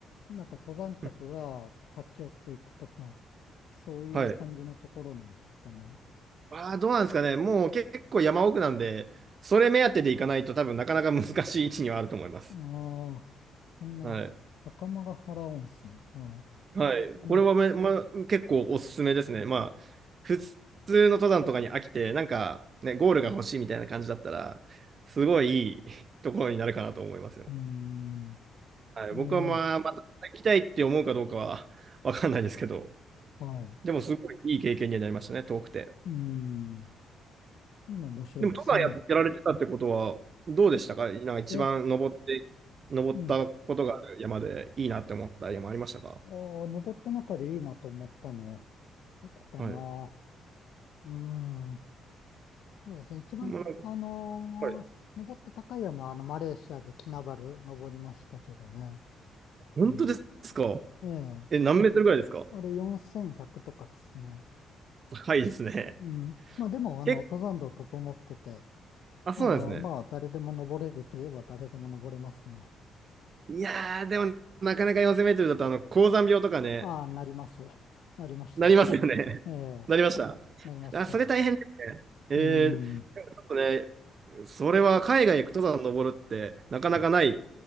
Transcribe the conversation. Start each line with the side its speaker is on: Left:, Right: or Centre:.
Left: なんか登山客が立ち寄っていくとか、
Right: うん
Left: そういう感じのところなんですかね。
Right: はい。ああ、どうなんですかね。もう結構山奥なんで、それ目当てで行かないと多分なかなか難しい位置にはあると思います。
Left: ああ、そんな、
Right: はい。
Left: 高間原温泉。はあ、
Right: はい。
Left: うん、
Right: これはめ、ま、結構おすすめですね。まあ、普通の登山とかに飽きて、なんか、ね、ゴールが欲しいみたいな感じだったら、すごいいいところになるかなと思いますよ。
Left: うん。
Right: はい、
Left: えー
Right: 僕はまあ、また行きたいって思うかどうかは <laughs> わかんないですけど、
Left: はい。う
Right: でもすごいいい経験にはなりましたね、遠くて。
Left: ん。面白いですね。
Right: でも、登山やってられてたってことは、どうでしたかなんか一番登って、
Left: え、
Right: 登ったことがある山でいいなって思った山ありましたか
Left: うん。ああ、登った中でいいなと思ったの、どこかな。
Right: はい。
Left: うーん、そうですね。一番、
Right: もうなんか、
Left: あのー登った高い山は、
Right: はい。
Left: あの、マレーシアでキナバル登りましたけどね。
Right: 本当ですか
Left: うん。ええ、
Right: え、何メートルぐらいですか
Left: あれ4100とかですね。
Right: 高いですね。
Left: うん。まあでも、あの、
Right: 結構、
Left: 登山道整ってて、
Right: あ、そうなんですね。
Left: あの、まあ、誰でも登れるといえば誰でも登れますね。
Right: いやー、でも、なかなか4000メートルだと、あの、高山病とかね、
Left: ああ、なります。<laughs> なりました。
Right: なりますよね。<laughs>
Left: ええ、
Right: なりました。
Left: なりました。
Right: あ、それ大変ですね。え
Left: うん。
Right: ね、それは海外行く登山登るってなかなかない、